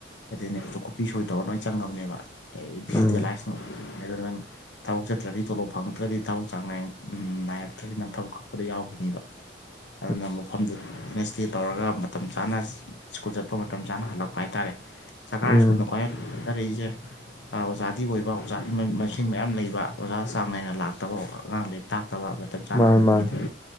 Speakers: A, on the left; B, on the left.
A: ꯑꯦꯇꯦꯟꯗꯦꯁꯇꯨ ꯈꯨꯄꯤ ꯁꯣꯏ ꯇꯧꯔ ꯂꯣꯏ ꯆꯪꯉꯕꯅꯦꯕ ꯑꯩ ꯚꯤꯖꯤꯇꯦꯂꯥꯏꯁ
B: ꯎꯝ
A: ꯑꯗꯨ ꯅꯪ ꯊꯕꯛ ꯆꯠꯇ꯭ꯔꯗꯤ ꯇꯣꯂꯣꯞ ꯐꯪꯉꯛꯇ꯭ꯔꯗꯤ ꯊꯕꯛ ꯆꯥꯡ ꯅꯥꯏ ꯅꯥꯏꯔꯛꯇ꯭ꯔꯗꯤ ꯅꯪ ꯊꯕꯛ ꯀꯛꯄꯗ ꯌꯥꯎꯈꯤꯅꯤꯕ
B: <unintelligible>
A: ꯑꯗꯨꯅ ꯃꯐꯝꯗꯨ ꯐꯖꯥꯅ ꯁꯇꯦꯞ ꯇꯧꯔꯒ ꯃꯇꯝ ꯆꯥꯅ ꯁ꯭ꯀꯨꯜ ꯆꯠꯄ ꯃꯇꯝ ꯆꯥꯅ ꯍꯜꯂꯛꯄ ꯍꯥꯏꯇꯥꯔꯦ ꯁꯔꯀꯥꯔ
B: ꯎꯝ
A: ꯁ꯭ꯀꯨꯜꯅ ꯈ꯭ꯋꯥꯏ ꯑꯔꯩꯁꯦ ꯑꯥ ꯑꯣꯖꯥꯗꯤ ꯑꯣꯏꯕ ꯑꯣꯖꯥꯒꯤ ꯃꯁꯤꯡ ꯃꯌꯥꯝ ꯂꯩꯕ ꯑꯣꯖꯥ ꯆꯥꯡ ꯅꯥꯏꯅ ꯂꯥꯛꯇꯕ ꯑꯉꯥꯡ ꯂꯩꯔꯤꯛ ꯇꯥꯛꯇꯕ ꯃꯇꯝ ꯆꯥꯅ
B: ꯃꯥꯅꯤ
A: ꯍꯟꯈꯤꯗꯣꯏ
B: ꯃꯥꯅꯤ